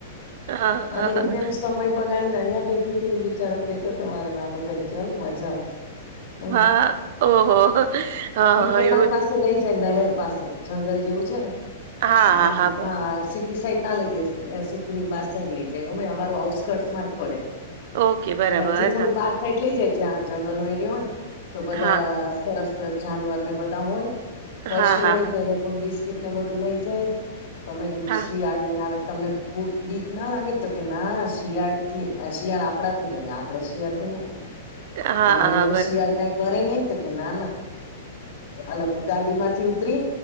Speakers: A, on the right; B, on the left.
A: હા, હા.
B: અને એમને એમ. સમય બગાડીને અહીં બેઠી બિચારો કેતો તમારો નાનો ભાઈચઅલ મજા આવશે. હ
A: હા. ઓહો! હા,
B: ઈ
A: હા
B: કેનાલ
A: એવું
B: પાસે
A: જ.
B: લઈ જાય નહેર પાસે જંગલ જેવું છે ને
A: હા,
B: આમાં
A: હા, હા, બર
B: હ સિટી સાઈડ ના લઇ જઈ સિટી ની બાર લ જ અમે અમારું આઉટકર્ટ માં જ પડે
A: ઓકે બરાબર.
B: એટલે હજી થોડું બાર સાડ લઇ જાય જ્યાં જંગલ નો એરયો હોય તો બધા
A: હા,
B: સરસ જાનવરને બધા હોય.
A: હા,
B: પશુ
A: હા,
B: હોય
A: હા,
B: તો એ લોકોને બિસ્કીટ ને બધું લઈ જાય તમે કીધું
A: હા.
B: શિયાળ નહી આવે તમને ખુબ બી. ના લાગે તો કે ના શિયાળ થી શિયાળ આપડા થી ડરે આપડે શિયાળ થી ના ડરે
A: હા,
B: તો મને
A: હા,
B: એમ કે
A: બરા
B: શિયાળ કઈ કરે નહી. કે ના ના આ લોકો ગાડી માંથી ઉતરી